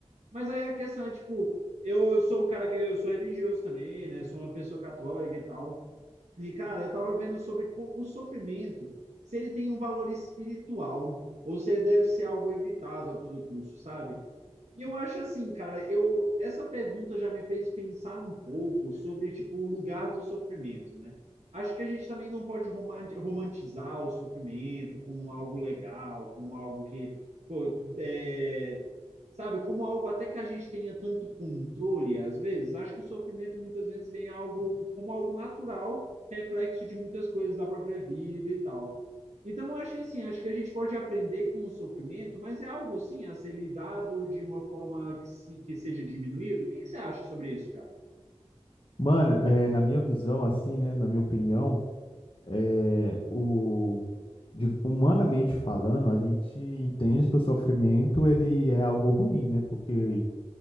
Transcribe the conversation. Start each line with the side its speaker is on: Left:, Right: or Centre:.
Right: Mas aí a questão é, tipo, eu sou o cara que eu sou religioso também, né? Sou uma pessoa católica e tal. E, cara, eu tava vendo sobre o sofrimento, se ele tem um valor espiritual ou se ele deve ser algo evitado a todo custo, sabe? E eu acho assim, cara, eu essa pergunta já me fez pensar um pouco sobre tipo o lugar do sofrimento, né? Acho que a gente também não pode romanti- romantizar o sofrimento como algo legal, como algo que, pô, é, sabe, como algo até que a gente tenha tanto controle às vezes. Acho que o sofrimento muitas vezes vem algo como algo natural, reflexo de muitas coisas da própria vida e tal. Então, acho que assim, acho que a gente pode aprender com o sofrimento, mas é algo sim a ser lidado de uma forma que, se, que seja diminuído. O que, que você acha sobre isso, cara?
Left: Mano, é, na minha visão, assim, né? Na minha opinião, é, o, de- humanamente falando, a gente entende que o sofrimento ele é algo ruim, né? Porque